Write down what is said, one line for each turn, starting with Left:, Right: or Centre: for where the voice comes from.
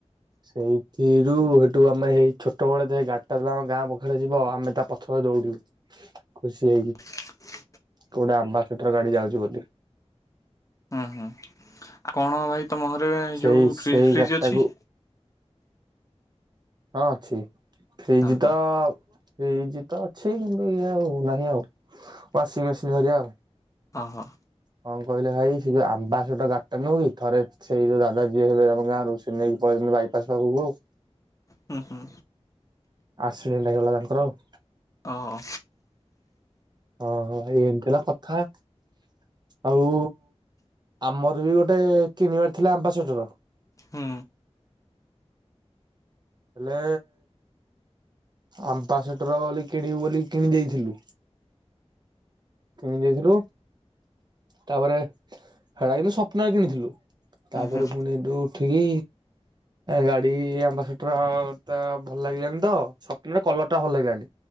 Right: ସେଇଥିରୁ ହେଠୁ ଆମେ ହେଇ ଛୋଟ ବଡ ଗାଡିଟା ଆମ ଗାଁ ପାଖରେ ଯିବ ଆମେ ତା ପଛ ଦଉଡିବୁ ଖୁସି ହେଇକି।
Left: <inaudible>
Right: କୋଉଟା ଆମ୍ବା ସେଟର ଗାଡି ଯାଉଛି ବୋଧେ।
Left: ହୁଁ ହୁଁ କଣ ଭାଇ ତମ ଘରେ
Right: ସେଇ
Left: ଯୋଉ ଫ୍ରିଜ
Right: ସେଇ
Left: ଫ୍ରିଜ
Right: ଗାଡିଟାକୁ
Left: ଅଛି?
Right: ହଁ ଅଛି ଫ୍ରିଜ
Left: ଓହୋ
Right: ତ ଫ୍ରୀଜ ତ ଅଛି କିନ୍ତୁ ଇଏ ଆଉ ନାହିଁ ଆଉ ୱାସିଂ ମେସିନ ହେରୀକା।
Left: ଓହୋ
Right: କଣ କହିଲେ ଭାଇ? ସେ ଆମ୍ବା ସେଟର ଗାଡିଟା ନୁହୁ କି ଥରେ ସେଇ ଦାଦା ଯଉ ହେବେ ଆମ ଗାଁ ରୁ ସେ ନେଇକି ପଳେଇଛନ୍ତିି ବାଇ ପାସ ପାଖକୁ ଆଉ।
Left: ହୁଁ ହୁଁ।
Right: ଏକ୍ସିଡେଣ୍ଟ ହେଇଗଲା ତାଙ୍କର ଆଉ।
Left: ଓହୋ
Right: ହ ଏନ୍ତିଲା କଥା ଆଉ ଆମର ବି ଗୋଟେ କିଣିବାର ଥିଲା ଆମ୍ବା ସେଠର।
Left: ହୁଁ।
Right: ହେଲେ ଆମ୍ବା ସେଟର ବୋଲି କିଣିବୁ ବୋଲି କିଣି ଦେଇେଇଥିଲୁ। କିଣି ଦେଇଥିଲୁ ତାପରେ ହେଡା କିନ୍ତୁ ସ୍ୱପ୍ନରେ କିଣିଥିଲୁ। ତାପରେ
Left: ହୁଁ
Right: ପୁଣି ଏଠୁ ଉଠିକି ଗାଡି ଆମ୍ବା ସେଠର ଆ ତା ଭଲ ଲାଗିଲାନି ତ ସପ୍ନରେ କଲର ଟା ଭଲ ଲାଗିଲାନି